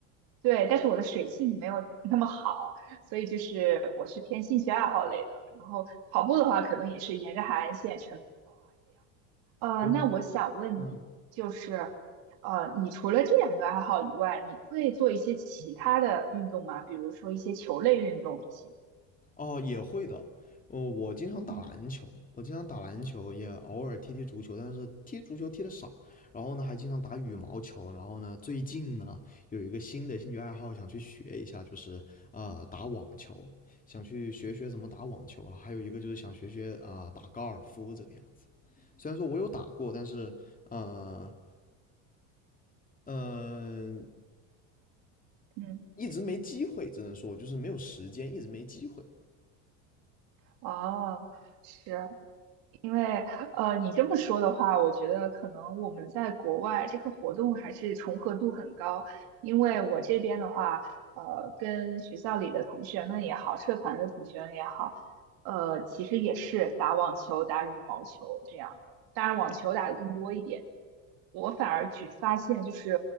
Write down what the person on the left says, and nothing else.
我，
嗯，
哦，也会的。哦，我经常打篮球，
我经常打篮球，也偶尔踢踢足球，但是踢足球踢的少。然后呢，还经常打羽毛球。然后呢，最近呢有一个新的兴趣爱好，想去学一下，就是呃打网球，想去学学怎么打网球啊。还有一个就是想学学啊、打高尔夫这个样子。虽然说我有打过，但是呃呃
一直没机会，只能说就是没有时间，一直没机会。